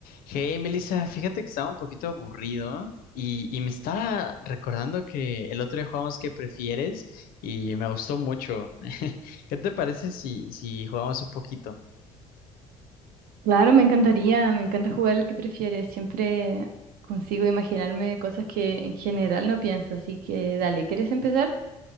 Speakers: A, on the left (about 65°); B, on the right (about 65°).
A: Hey, Melissa, fíjate que estaba un poquito aburrido y, y me estaba recordando que el otro día jugamos ¿Qué prefieres? y me gustó mucho. <laughs> ¿Qué te parece si, si jugamos un poquito?
B: Claro, me encantaría, me encanta jugar el que prefieres. Siempre consigo imaginarme cosas que en general no pienso, así que dale, ¿quieres empezar?